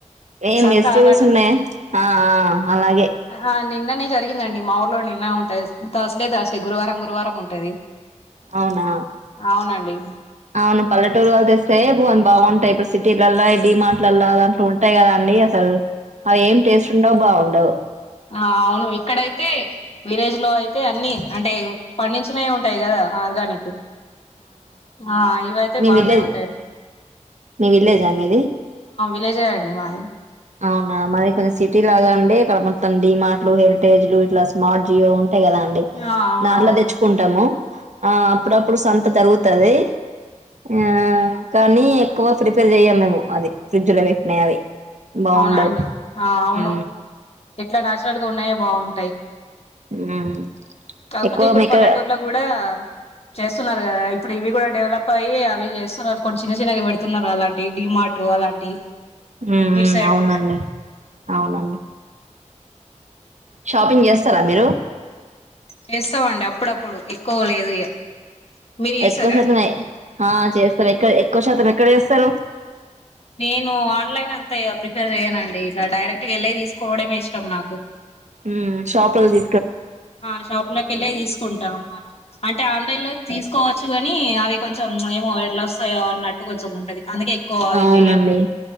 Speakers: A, on the right (about 70°); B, on the left (about 50°).
A: ఏం
B: సంత
A: మెస్ చూస్
B: అలాట
A: ఉన్నాయి ఆ ఆ అలాగే
B: ఆ నిన్ననే జరిగిందండి మా ఊర్లో నిన్న ఉంటది థర్స్డే థర్స్డే గురువారం గురువారం ఉంటది
A: అవునా
B: అవునండి
A: అవును పల్లెటూరు తెస్తే వన్ బాగుంటాయి సిటీలలా డిమాార్ట్లలా ఆదాంట్లో ఉంటాయి కదా అండి అసల్ అవి ఏం టేస్ట్ ఉండవు్ బావుండవు
B: ఆ అవును ఇక్కడైతే విలేజ్ లో అయితే అన్నిీ అంటే పండించనే ఉంటాయి కదా ఆర్గానిక్ వి ఆ ఇవయితే
A: మీ
B: బానే
A: విలేజ్
B: ఉంటాయండి
A: మీ విల్లేజా మీది
B: విలేజ్ అండి మాది
A: అవునా మాది కొంచె సిటీ లాగా అండి ఇక్కడ మొత్తం డిీమార్ట్లు హెరిటేజ్లు ఇట్లా స్మార్ట్ జియో టాయి కదా అండి
B: ఆ అవునవును
A: దాట్లో తెచ్చుకుంటాము ఆ అప్పుడప్పుడు సంత తరుగుతుది ఆ కానీ ఎక్కువ ప్రిపేర్ చెయ్యం మేము అది ఫ్రిడ్జ్ లో పెట్టినా అవి బాగుండవు
B: అవునా అండి ఆ అవును
A: ఉ
B: ఎట్లా నాచురల్ గా ఉన్నాయో బాగుంటాయి
A: మ్మ్
B: కాకపోతే
A: ఎక్కువ
B: ఇప్పుడు
A: మీక
B: పల్లెటూరులో గూడ చేస్తున్నారు కదా ఇప్పుడు ఇవి కూడా డెవలప్ అయ్యి అవి చేస్తున్నారు కొ చిన్న చిన్నవి పెడుతున్నారు అలాంటి డిమాార్ టు అలాంటివి
A: మ్మ్ మ్మ్
B: సైడ్
A: అవునండి
B: గూడ
A: అవునండి షాపింగ్ చేస్తారా మీరు
B: చేస్తావండి అప్పుడప్పుడు ఎక్కువ లేదు ఇగ మీరు చేస్తారా
A: ఎక్కువ శాతమే ఆ చేస్తాం ఎక్కడ ఎక్కువ శాతం ఎక్కడ చేస్తారు
B: నేను ఆన్లైన్ అంతా ఇగ ప్రిఫేర్ చేయనండి ఇలా డైరెక్ట్ వెళ్ళి తీసుకోవడమే ఇష్టం నాకు
A: ఉ షాప్ అల్ది
B: ఆ షాప్ లోకి వెళ్ళి తీసుకుంటా అంటే ఆన్లైన్ లో తీసుకోవచ్చు గాని అవి కొంచెం ఏమో ఎట్లా వస్తాయో అన్నట్టు కొంచెం ఉంటది అందుకే ఎక్కువ అవి
A: అవునండి
B: చెయ్యను